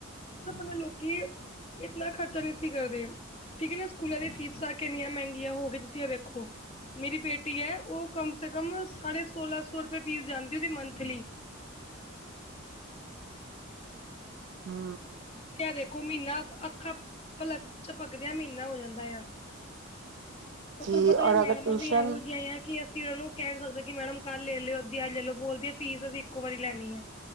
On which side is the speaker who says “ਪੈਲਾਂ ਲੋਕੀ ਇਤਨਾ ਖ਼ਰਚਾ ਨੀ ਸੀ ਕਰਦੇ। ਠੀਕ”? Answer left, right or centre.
Left